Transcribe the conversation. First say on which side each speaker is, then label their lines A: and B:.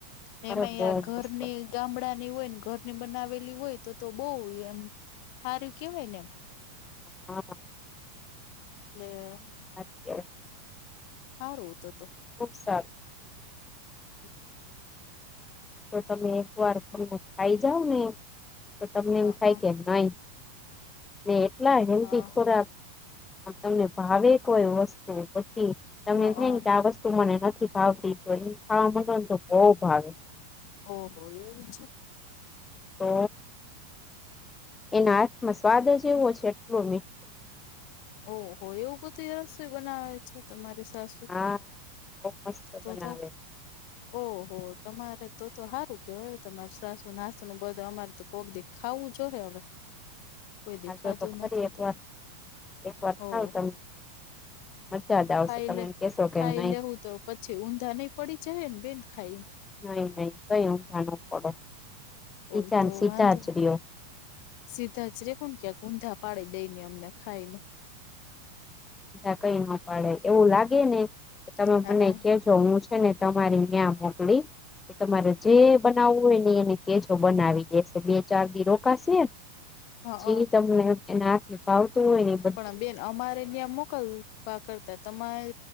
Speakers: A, on the left (about 45°); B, on the left (about 15°).
A: ને
B: અરે
A: એમાંય
B: બહુ
A: આ ઘરની
B: મસ્ત
A: ગામડા ની હોય ને ઘરની બનાવેલી હોય તો-તો બહુ એમ હારુંય કહેવાય ને એમ.
B: હા.
A: એટલે
B: <unintelligible>
A: હારું તો-તો.
B: ખુબ સારું.
A: <inaudible>
B: તો તમે એક વાર <inaudible> ખાઈ જાવ ને તો તમને
A: હા
B: એમ થાય
A: હા
B: કે નહીં ને એટલા હેલ્ધી
A: હા
B: ખોરાક અને તમને ભાવેય કોઈ વસ્તુ, પછી તમને
A: હા
B: એમ થાય
A: હા.
B: ને કે આ વસ્ત તું મને નથી ભાવતી, તો એ ખાવા મંડો તો બહુ ભાવે.
A: ઓહો એવું છે.
B: તો, એના હાથમાં સ્વાદ જે એવો છે એટલો મીઠ
A: ઓહો એવું બધુંય રસોઈ બનાવે છે તમારી સાસુ.
B: હા બહું મસ્ત
A: તો
B: બનાવે.
A: તો ઓહો, તમારે તો-તો હારું કેવાય હો, તમારે સાસુ <unintelligible> બધું, અમારે તો કોક દી ખાવું જોવે હવે. કોઈ દી
B: આવજો
A: ખાધું
B: તો ખરક
A: નથી
B: એકવાર.
A: તો
B: એક વાર
A: ઓહો
B: ખાવ તમ મજા જ આવશે
A: ખાઈ
B: તમે
A: લે
B: એમ કહેશો કે
A: ખાઈ
B: નહીં
A: લેવું તો પછી ઊંધા નહીં પડી જાય હે ને બેન ખાઈન
B: નહીં-નહીં, કંઈ ઊંધા નો પડો, સીધાન
A: હોય તો
B: સીધા
A: વાંધો
B: જ
A: ને
B: રહ્યો.
A: સીધા જ રહેવુંન ક્યાંક ઊંધા પાડી દઈને અમને ખાઈ ને.
B: ના કંઈ ન પાડે. એવું લાગે ને તમે
A: હ
B: મને કેજ જો હું છે ને તમારી ન્યાં મોકલી એ તમારે જે બનાવવું હોય ને એને કેજો બનાવી દેશે. બે, ચાર દી રોકાશે,
A: હ હ
B: જી તમને એના હાથ ભાવતું હોયન ઈ બધ
A: પણ બેન અમારે ન્યાં મોક લવા કરતા તમાર